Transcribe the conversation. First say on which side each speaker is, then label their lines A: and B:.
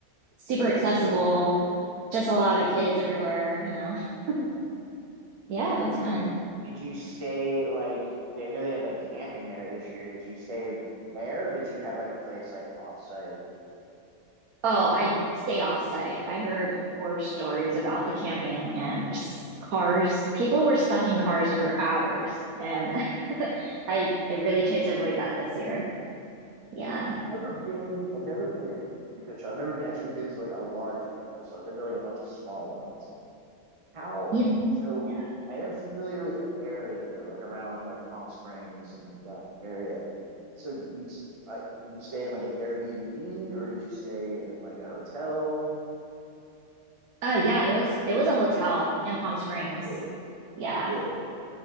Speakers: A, on the right; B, on the right.
A: Super accessible,
B: Cool.
A: just a lot of kids everywhere, you know. <laughs> Yeah,
B: Did
A: it was
B: you
A: fun.
B: did you stay like they I know they had like camping there this year. Did you stay there or did you have like a place like off site?
A: Oh, I stayed off site. I heard horror stories about the camping and just cars. People were stuck in cars for hours, and <laughs> I I really tried to avoid that this year. Yeah.
B: I've never been I've never been to Coachella. I've never been, actually been to like a large music festival. I've been to like a bunch of small ones. How
A: Yeah.
B: so?
A: Yeah.
B: I am familiar with the area though, like around like Palm Springs and that area. So you s- I, did you stay in like an Airbnb or did you stay in like a hotel?
A: Uh, yeah, it was it was a hotel in Palm Springs.
B: Cool,
A: Yeah.
B: cool.